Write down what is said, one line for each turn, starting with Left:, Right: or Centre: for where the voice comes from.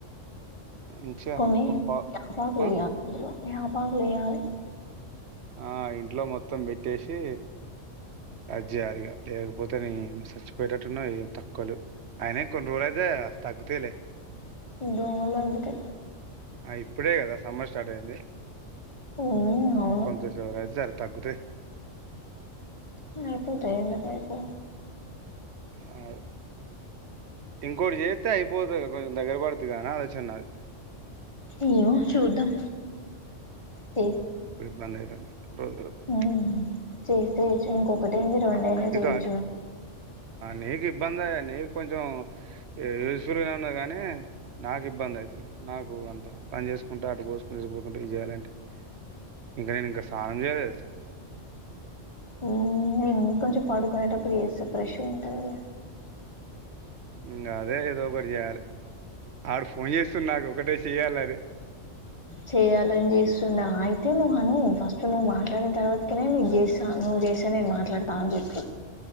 Right: మంచిగా
Left: కొన్ని
Right: ఒక పా
Left: యపాకులు
Right: ఆ
Left: ఎయలి అందులో యాపాకులు వేయాలి
Right: ఆ ఇంట్లో మొత్తం బెట్టేసి అది జేయాలిగా లేకపోతే ని సచ్చిపోయేటట్టున్నా ఏం తక్కువ లేవ్, అయినా కొన్ని రోజులైతే తగ్గుతయిలె.
Left: దోమలు దగ్గుతయ్
Right: ఆ ఇప్పుడే గదా సమ్మర్ స్టార్ట్ అయింది
Left: మ్మ్ అ
Right: కొంత <unintelligible> తగ్గుతయ్
Left: ఆ అయిపోతాయ్ ఎందుకు అయిపో
Right: అవ్ ఇంకోటి చేత్తే అయిపోతయిగ కొంచం దగ్గర పడుద్దిగా నా ఆలోచన్ నాది
Left: ఏమో చూద్దాం చే
Right: భంద్ అయితందా రోజు వరకు
Left: ఉమ్ చేస్తే చెయ్ ఇంకొక డైలీ రెండు అయిన జేయుచు
Right: ఆట-
Left: గ
Right: నీకు ఇబ్బందె నీకు కొంచం యూజ్ఫుల్గానే ఉన్నా గానీ నాకు ఇబ్బంది ఐతుది నాకు అంత పని చేసుకుంట అటు పోసుకుంటే ఇసుపోసుకుంటే ఇది చేయ్యాలంటే ఇంకా నేను ఇంకా స్నానం చేయాల దెల్స
Left: ఉమ్ కొంచం పాడుకునేటప్పుడు జేస్తే ఫ్రెష్ ఉంటదులే
Right: ఇ అదే ఏదో ఒకటి చేయాలి అడ్ ఫోన్ చేస్తుడ్ నాకు ఒకటే చెయ్యాలి అది
Left: చేయాలని చేస్తుండ అయితే నువ్వు అను ఫస్ట్ నువ్వు మాట్లాడిన తర్వాతకనే నీకు చేస్తా నువ్వు చేసే నేను మాట్లాడతా అని చెప్పు